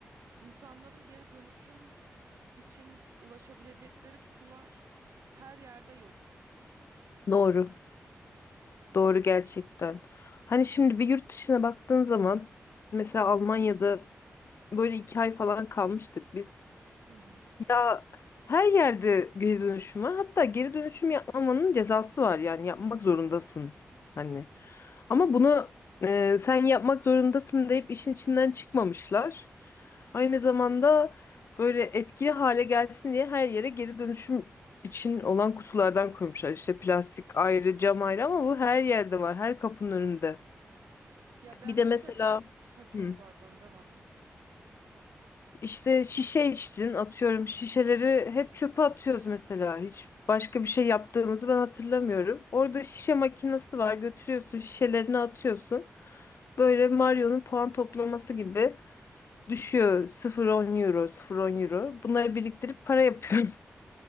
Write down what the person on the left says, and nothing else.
Doğru. Doğru gerçekten. Hani şimdi bir yurt dışına baktığın zaman mesela Almanya'da böyle iki ay falan kalmıştık biz.
Ya her yerde geri dönüşüm var. Hatta geri dönüşüm yapmamanın cezası var yani yapmak zorundasın. Hani ama
bunu e, sen yapmak zorundasın deyip işin içinden çıkmamışlar. Aynı zamanda böyle etkili hale gelsin diye her yere geri dönüşüm için olan kutulardan koymuşlar. İşte plastik ayrı, cam ayrı ama bu her yerde var, her kapının önünde.
Bir de
mesela
Hı.
İşte şişe içtin atıyorum şişeleri hep çöpe atıyoruz mesela hiç başka bir şey yaptığımızı ben hatırlamıyorum. Orada şişe makinesi var götürüyorsun şişelerini atıyorsun. Böyle Mario'nun puan toplaması gibi düşüyor sıfır on euro sıfır on euro bunları biriktirip para yapıyorum. <laughs>